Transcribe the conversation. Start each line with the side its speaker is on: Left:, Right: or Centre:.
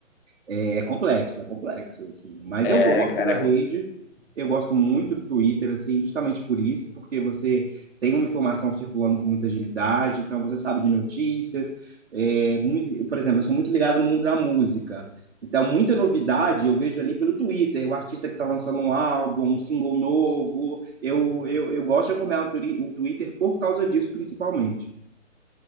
Right: É, é complexo, é complexo, assim. Mas
Left: É,
Right: eu gosto
Left: cara,
Right: da
Left: é
Right: rede, eu gosto muito do Twitter, assim, justamente por isso, porque você tem uma informação circulando com muita agilidade, então você sabe de notícias. É, muito, por exemplo, eu sou muito ligado no mundo da música. Então, muita novidade eu vejo ali pelo Twitter, o artista que está lançando um álbum, um single novo. Eu, eu, eu gosto de acompanhar o, turi- o Twitter por causa disso, principalmente.